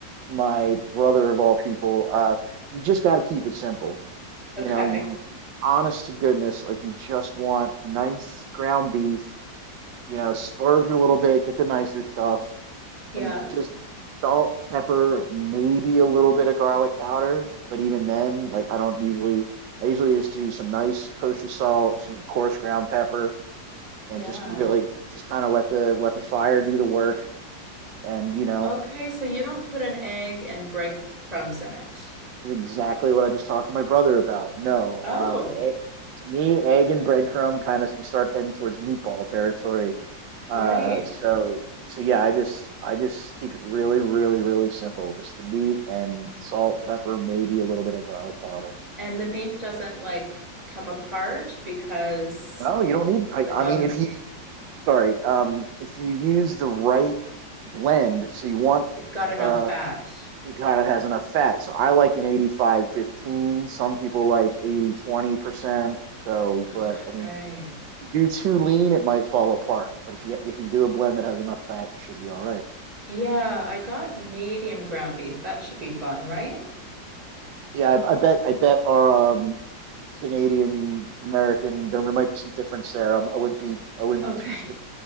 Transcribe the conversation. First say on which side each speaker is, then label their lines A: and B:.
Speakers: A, on the right; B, on the right.
A: my brother of all people. Uh, you just got to keep it simple. You
B: Okay.
A: know, you honest to goodness, like you just want nice ground beef. You know, splurge a little bit, get the nicer stuff
B: Yeah.
A: and just salt, pepper, maybe a little bit of garlic powder. But even then, like I don't usually, I usually just do some nice kosher salt, some coarse ground pepper, and
B: Yeah.
A: just really just kind of let the let the fire do the work. And you know,
B: Okay, so you don't put an egg and breadcrumbs in it.
A: this is exactly what I just talked to my brother about. No,
B: Oh,
A: um, egg, to me, egg and breadcrumb kind of you start heading towards meatball territory.
B: right.
A: Uh, so so yeah, I just I just keep it really, really, really simple. Just the meat and salt, pepper, maybe a little bit of garlic powder.
B: And the beef doesn't like come apart because
A: No, you don't need. I,
B: like
A: I
B: on
A: mean,
B: the
A: if you sorry, um, if you use the right blend, so you want
B: it's got enough
A: uh,
B: fat.
A: it kind of has enough fat. So I like an 85, 15. Some people like 80, 20 percent. So,
B: Okay.
A: but I mean, if you do too lean, it might fall apart. But if you if you do a blend that has enough fat, you should be all right.
B: Yeah, I got medium ground beef. That should be fine, right?
A: Yeah, I, I bet I bet our um Canadian American. There might be some difference there. Um, I wouldn't be I wouldn't
B: Okay.
A: be too it's